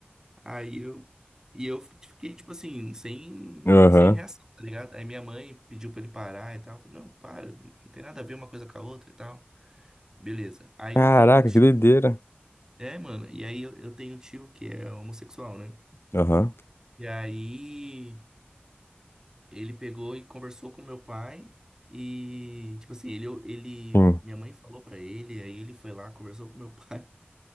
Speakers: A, on the right; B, on the left.
A: Aí eu. E eu fiquei, tipo assim, sem,
B: Aham.
A: sem reação, tá ligado? Aí minha mãe pediu pra ele parar e tal. Eu Falei, não, para, não tem nada a ver uma coisa com a outra e tal. Beleza. Aí
B: Caraca,
A: eu tenho um tio.
B: que doideira.
A: É, mano, e aí eu, eu tenho um tio que é homossexual, né?
B: Aham.
A: E aí Ele pegou e conversou com meu pai e, tipo assim, ele, ele,
B: Sim.
A: minha mãe falou pra ele, aí ele foi lá, conversou com meu pai. <laughs>